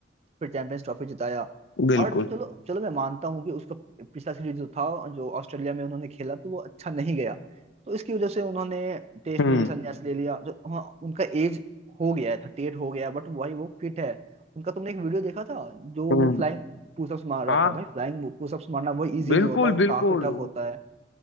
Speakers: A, on the right (about 35°); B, on the left (about 80°).
A: फिर चैंपियंस ट्रॉफी जिताया
B: बिल्कुल
A: और चलो चलो मैं मानता हूँ कि उसका पिछला सीरीज जो था जो ऑस्ट्रेलिया में उन्होंने खेला तो वो अच्छा नहीं गया तो इसकी वजह से उन्होंने टेस्ट
B: हम्म
A: में भी संन्यास ले लिया जो हाँ उनका एज हो गया है थर्टी एट हो गया बट वही वो फिट है उनका तुमने एक वीडियो देखा था जो
B: हम्म
A: वो फ्लाइंग पुशअप्स मार रहा
B: हाँ
A: था भाई फ्लाइंग पुशअप्स मारना वो इजी
B: बिल्कुल
A: नहीं होता वो
B: बिल्कुल
A: काफी टफ होता है